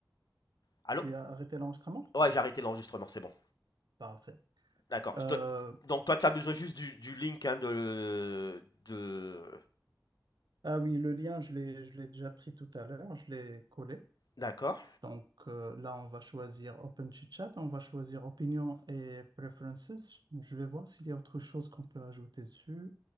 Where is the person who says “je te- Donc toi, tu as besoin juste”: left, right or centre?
Left